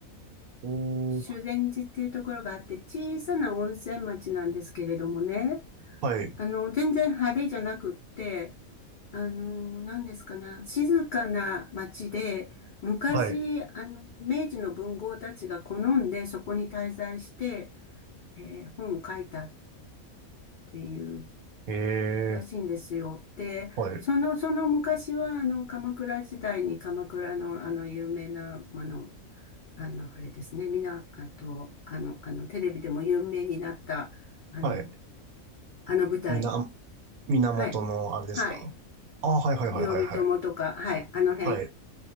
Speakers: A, on the right (about 80°); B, on the left (about 80°).
A: おー、
B: 修善寺っていうところがあって、小さな温泉町なんですけれどもね。
A: はい。
B: あの、全然派手じゃなくって、あの、何ですかね、静かな町で、昔、
A: はい。
B: あの、明治の文豪たちが好んでそこに滞在して、えー本を書いたっていう
A: え
B: らしいんですよ。
A: ー、
B: で、
A: はい。
B: その、その昔は、あの、鎌倉時代に鎌倉の、あの、有名な、あの、あの、あれですね、みな、あと、あの、あの、テレビでも有名になった、あの、
A: はい。
B: あの舞台。
A: みな、源のあれですかあ、
B: はい。はい。
A: はいはいはいはいはい。
B: 頼朝とか、はい、あの辺、
A: はい。